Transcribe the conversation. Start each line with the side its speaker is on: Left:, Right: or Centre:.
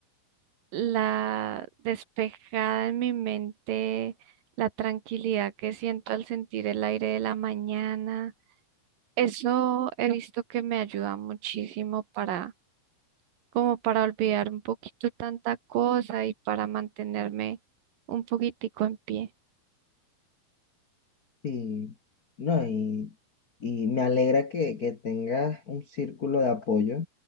Right: la despejada en mi mente, la tranquilidad que siento al sentir el aire de la mañana. Eso he visto que me ayuda muchísimo para, como para olvidar un poquito tanta cosa y para mantenerme un poquitico en pie.
Left: Sí, no, y, y me alegra que, que tengas un círculo de apoyo